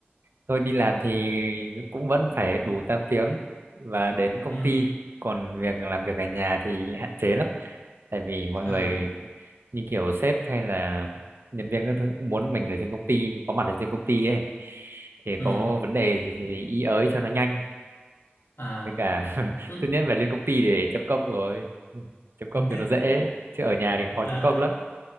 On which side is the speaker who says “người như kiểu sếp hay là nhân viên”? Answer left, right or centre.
Right